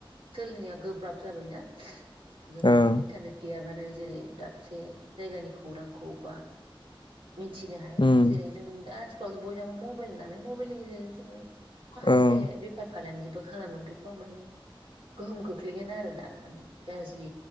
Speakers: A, on the right; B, on the left.
A: सोलिनाया गोब्राब जाबायना जोङो
B: ओं
A: इन्टारनेट गैयाबानो जेरै दाबसे जायगानि खौरांखौ बा मिथिनो हाया
B: उम
A: जेरै जों दा बयनाबो मबाइल नालाय मबाइलनि गेजेरजों जोङो माखासे
B: ओं
A: बेफार फालांगि बो खालामो बेफ्राव माने गोहोम खोख्लैगोन आरो ना माने गाज <unintelligible>